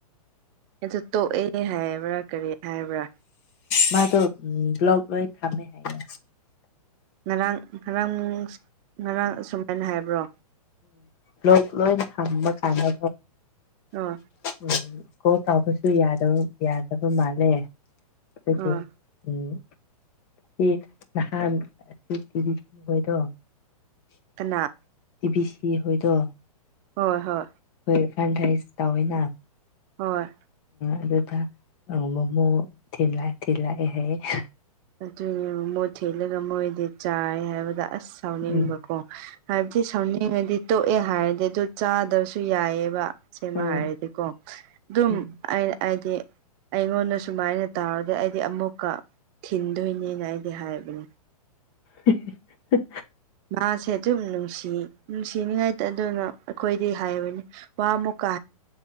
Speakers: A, on the right (about 30°); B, on the left (about 40°).
A: ꯑꯗ ꯇꯣꯛꯑꯦ ꯍꯥꯏꯕ꯭ꯔꯥ ꯀꯔꯤ ꯍꯥꯏꯕ꯭ꯔꯥ
B: ꯃꯥꯥꯏ ꯇꯣ ꯎ ꯂꯣꯏ ꯊꯝꯦ ꯍꯥꯏꯅ
A: ꯉꯔꯥꯡ ꯉꯔꯥꯡ ꯉꯔꯥꯡ ꯑꯁꯨꯃꯥꯏꯅ ꯍꯥꯏꯕ꯭ꯔꯣ
B: ꯎꯝꯣꯛ ꯂꯣꯏ ꯊꯕ ꯀꯥꯟꯣ
A: ꯑ
B: ꯎꯝ ꯀꯣ ꯇꯥꯎꯕꯁꯨ ꯌꯥꯗꯕ ꯌꯥꯗꯕ ꯃꯥꯜꯂꯦ ꯑꯗꯨꯗꯤ
A: ꯑꯣ
B: ꯎꯝ ꯁꯤ ꯅꯍꯥꯟ ꯑꯁꯤ ꯀꯤꯕꯤ ꯑꯣꯏꯣꯏꯗꯣ
A: ꯑꯅꯥ
B: ꯇꯤꯚꯤ ꯁꯤ ꯍꯣꯏꯗꯣ
A: ꯍꯣꯏ ꯍꯣꯏ
B: ꯑꯩꯈꯣꯏ ꯐ꯭ꯔꯥꯟꯇꯥꯏꯁ ꯇꯧꯋꯦꯅ
A: ꯍꯣꯏ
B: ꯑꯗꯨꯗ ꯃꯣꯃꯣ ꯊꯤꯂꯑꯦ ꯊꯤꯂꯥꯛꯑꯦ ꯍꯥꯏꯌꯦ
A: ꯑꯗꯨꯅꯦ ꯃ ꯃꯣꯠ ꯊꯦꯠꯂꯒ ꯃꯣꯏꯗꯤ ꯆꯥꯏ ꯍꯥꯏꯕꯗ ꯑꯁ ꯁꯥꯎꯅꯤꯡꯕꯀꯣ
B: ꯎꯝ
A: ꯍꯥꯏꯕꯗꯤ ꯁꯥꯎꯅꯤꯡꯉꯗꯤ ꯇꯣꯛꯑꯦ ꯍꯥꯏꯔꯗꯤ ꯑꯗꯨ ꯆꯥꯗ꯭ꯔꯁꯨ ꯌꯥꯏꯑꯕ ꯁꯤꯃ
B: ꯎꯝ
A: ꯍꯥꯏꯔꯗꯤꯀꯣ ꯑꯗꯨꯝ
B: ꯎꯝ
A: ꯍꯥꯏꯗꯤ ꯑꯩꯉꯣꯟꯗ ꯁꯨꯃꯥꯏꯅ ꯇꯧꯔꯗꯤ ꯑꯩꯗꯤ ꯑꯃꯨꯛꯀ ꯊꯤꯟꯗꯣꯏꯅꯦꯅ ꯑꯩꯗꯤ ꯍꯥꯏꯕꯅꯦ
B: ꯎ ꯍ
A: ꯃꯥꯁꯦ ꯑꯗꯨꯝ ꯅꯨꯡꯁꯤ ꯅꯨꯡꯁꯤꯅꯤꯉꯥꯏꯇ ꯑꯗꯨꯅ ꯑꯩꯈꯣꯏꯗꯤ ꯍꯥꯏꯕꯅꯤ ꯋꯥ ꯑꯃꯨꯛꯀꯥ